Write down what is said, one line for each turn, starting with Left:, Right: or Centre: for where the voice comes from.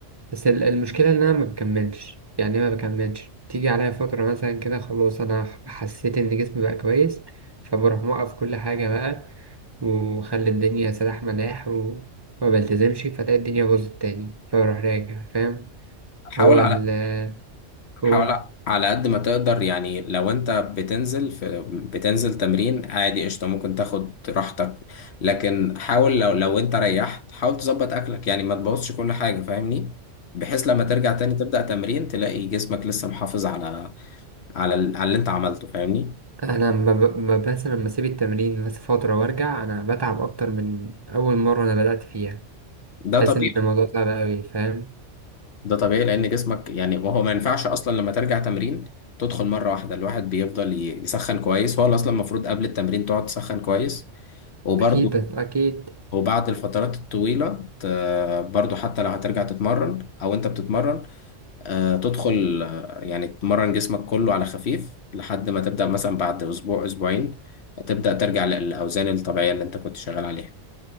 Right: بس ال- المشكله ان انا ما بكملش يعني إيه ما بكملش تيجي عليا فتره مثلا كده خلاص انا ح- حسيت ان جسمي بقى كويس فبروح موقف كل حاجه بقى وخلي الدنيا سلاح مداح وما بلتزمش فتلاقي الدنيا باظت تاني فبروح راجع فاهم
Left: حاول
Right: هو
Left: على
Right: ال قول
Left: حاول على قد ما تقدر يعني لو انت بتنزل في بتنزل تمرين عادي قشطه ممكن تاخد راحتك لكن حاول لو لو انت ريحت حاول تظبط اكلك يعني ما تبوظش كل حاجه فاهمني بحيث لما ترجع تاني تبدأ تمرين تلاقي جسمك لسه محافظ على على ال- على اللي انت عملته فاهمني
Right: انا ما ب... ما بس لما اسيب التمرين بس فتره وارجع انا بتعب اكتر من اول مره انا بدات فيها
Left: ده
Right: حاسس
Left: طبيعي
Right: ان الموضوع صعب قوي فاهم
Left: ده طبيعي لان جسمك يعني ما هو ما ينفعش اصلا لما ترجع تمرين تدخل مره واحده الواحد بيفضل ي- يسخن كويس هو اصلا المفروض قبل التمرين تقعد تسخن كويس وبرده
Right: أكيد أكيد
Left: وبعد الفترات الطويله ت- برضه حتى لو هترجع تتمرن او انت بتتمرن آه، تدخل آه، يعني تمرن جسمك كله على خفيف لحد ما تبدا مثلا بعد اسبوع اسبوعين تبدا ترجع للاوزان الطبيعيه اللي انت كنت شغال عليها